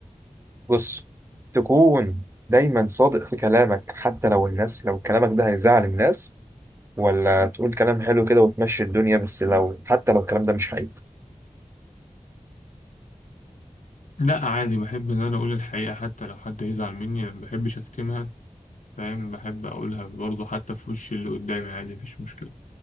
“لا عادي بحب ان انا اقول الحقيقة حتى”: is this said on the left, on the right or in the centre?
Left